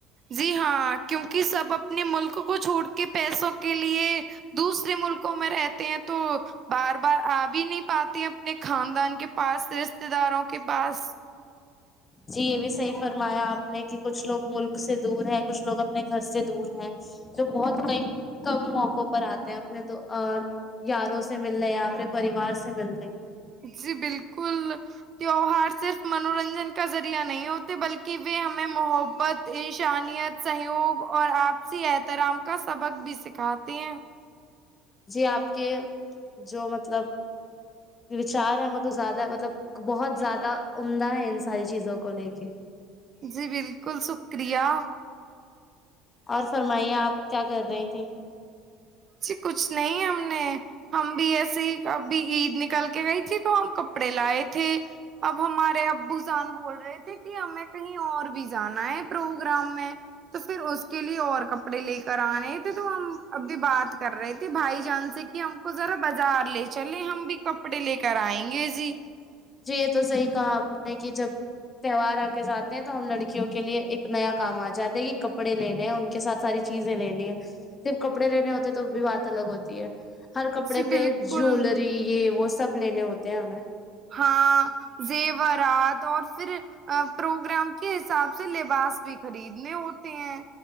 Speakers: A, on the right; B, on the left.
A: جی ہاں کیوںکہ سب اپنے ملک کو چھوڑ کے پیسوں کے لیے دوسرے ملکوں میں رہتے ہیں تو بار بار آ بھی نہیں پاتے ہیں اپنے خاندان کے پاس رشتے داروں کے پاس
B: جی یہ بھی صحیح فرمایا آپ نے کہ کچھ لوگ ملک سے دور ہے کچھ لوگ اپنے گھر سے دور ہیں جو بہت کئی کم موقعوں پر آتے ہیں اپنے دو یاروں سے ملنے یا اپنے پریوار سے ملنے
A: جی بالکل تیوہار صرف منورنجن کا ذریعہ نہیں ہوتے بلکہ و ہمیں محبت انشانیت سہیوگ اور آپسی احترام کا سبق بھی سکھاتے ہیں
B: جی آپ کے جو مطلب وچار ہے وہ تو زیادہ مطلب بہت زیادہ عمدہ ہے ان ساری چیزوں کو لے کے
A: جی بالکل شکریہ
B: اور فرمائیے آپ کیا کر رہے تھے
A: جی کچھ نہیں ہم نے ہم بھی ایسیے اب عید نکل کے گئی تھی تو ہم ک کپڑے لائے تھے اب ہمارے ابو جان بول رہے تھے کہ ہمیں کہیں اور بھی جانا ہے پروگرام میں تو پھر اس کے لیے اور ک اڑے لیے کرانے تھ تو ہم ابھی بر کر رہے تھے بھائی جان سے کہ ہم کو ذرا بازار لے چلیں ہم بھی کپڑے لے کے کرائیں گے جی
B: جی یہ تو صحیح کہا آپ نے کہ جب تہوار آ کے جاتے ہیں تو ہم لڑکیوں کے لیے ایک نیا کام آ جاتے کہ کپڑے لینے ہیں ان کے ساتھ ساری چیزیں لینی ہے صرف کپڑے لینے ہوتے ہیں تو بھی بات الگ ہوتی ہے ہر کپڑے
A: جی
B: پہ
A: بالکل
B: جوولری یہ وہ سب لینے ہوتے ہیں ہمیں
A: ہاں زیورات اور پھر ا پروگرام کے حساب سے لباس بھی خریدنے ہوتے ہیں